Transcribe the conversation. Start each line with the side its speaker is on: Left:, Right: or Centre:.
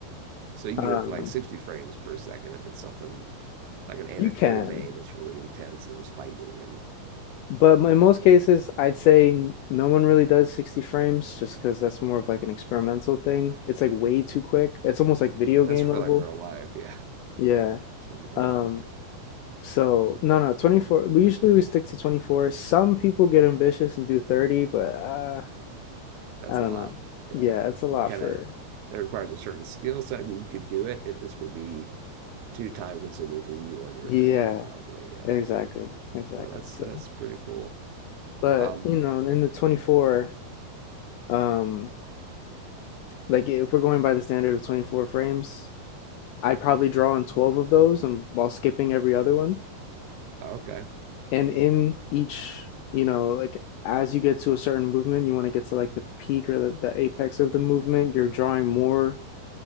Right: So you can
Left: Um,
Right: get up to like 60 frames per second if it's something like an, an
Left: you can.
Right: anime that's really intense and there's fighting and
Left: But in most cases, I'd say no one really does 60 frames just because that's more of like an experimental thing. It's like way too quick. It's almost like video
Right: that's
Left: game
Right: for
Left: level.
Right: like real life, yeah.
Left: Yeah.
Right: <laughs> 60 frames
Left: Um,
Right: per second.
Left: so no, no, 24. We usually we stick to 24. Some people get ambitious and do 30, but uh,
Right: That's
Left: I
Right: a
Left: don't
Right: lot.
Left: know.
Right: Yeah.
Left: Yeah, it's a lot
Right: You kind
Left: for.
Right: of, that requires a certain skill set. I mean, you could do it. It just would be too time consuming for you on your
Left: Yeah,
Right: own, probably. Yeah.
Left: exactly. Exactly.
Right: Well, that's
Left: So,
Right: that's pretty cool.
Left: but
Right: Um,
Left: you know, in the 24, um, like if we're going by the standard of 24 frames, i probably draw on 12 of those and while skipping every other one.
Right: okay.
Left: And in each, you know, like as you get to a certain movement, you want to get to like the peak or the, the apex of the movement, you're drawing more